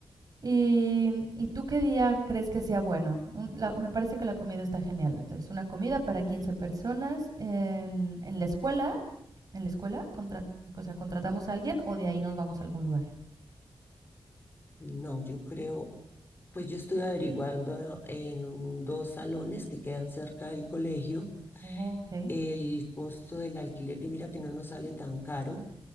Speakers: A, on the right; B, on the left.
A: ¿Y, y tú qué día crees que sea bueno? Un- la- me parece que la comida está genial. Entonces, una comida para 15 personas en, en la escuela. En la escuela, contra- o sea, contratamos a alguien o de ahí nos vamos a algún lugar.
B: No, yo creo, pues yo estuve averiguando en un- dos salones que quedan cerca del colegio
A: Oh, ok.
B: el costo del alquiler y mira que no nos sale tan caro.